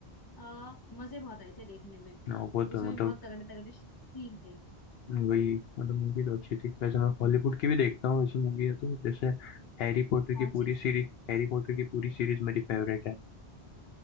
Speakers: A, on the left; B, on the left.
A: आ, मजे बहुत आए थे देखने में
B: ना वो तो
A: उसमें
B: मतलब
A: भी बहुत तगड़े तगड़े सीन थे
B: वही मतलब मूवी तो अच्छी थी वैसे मैं हॉलीवुड
A: हम्म
B: की भी देखता हूँ वैसे मूवी है तो जैसे हैरी पॉटर
A: कौन
B: की पूरी
A: सी
B: सीरीज हैरी पॉटर की पूरी सीरीज मेरी फेवरेट है